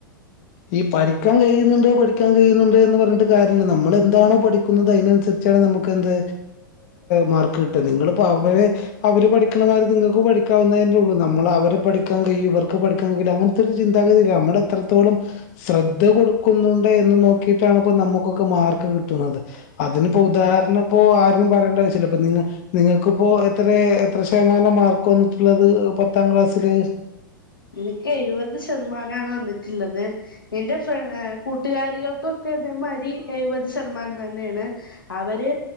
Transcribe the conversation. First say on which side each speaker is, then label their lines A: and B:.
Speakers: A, on the left (about 45°); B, on the left (about 80°).
A: ഈ പഠിക്കാൻ കയുന്നുണ്ട് പഠിക്കാൻ കയുന്നുണ്ട് എന്ന് പറഞ്ഞിട്ട് കാര്യമില്ല നമ്മൾ എന്താണോ പഠിക്കുന്നത് അയ്നനുസരിച്ച് ച്ചാണ് നമുക്ക് എന്ത് മാർക്ക് കിട്ടും നിങ്ങളിപ്പോ അവരെ അവര് പഠിക്കണമായിരി നിങ്ങൾക്കും പഠി പഠിക്കാവുന്നല്ലേള്ളൂ നമ്മള് അവരെ പഠിക്കാൻ കയും ഇവർക്ക് പഠിക്കാൻ കയും അങ്ങനത്തെ ചിന്താഗതിയില്ല നമ്മളെത്രത്തോളം ശ്രദ്ധ കൊടുക്കുന്നുണ്ട് എന്ന് നോക്കിയിട്ടാണ് ഇപ്പോ നമുക്കൊക്കെ മാർക്ക് കിട്ടുന്നത് അതിന്നിപ്പോ ഉദാഹര ന്നപ്പോ ആരും പറയേണ്ട ആവശ്യല്ല നിങ നിങ്ങക്കിപ്പോ എത്രെ എത്ര ശേമാനം മാർക്ക് വന്നിട്ടുള്ളത് പത്താം ക്ലാസ്സില്
B: എനിക്ക് എഴുവത് ശതമാനാണ് വന്നിട്ടുള്ളത് എൻ്റെ ഫ്ര കൂട്ടുകാരികൾക്കൊക്കെ തേമായ്രി എഴുപത് ശതമാനം തന്നെയാണ് അവര്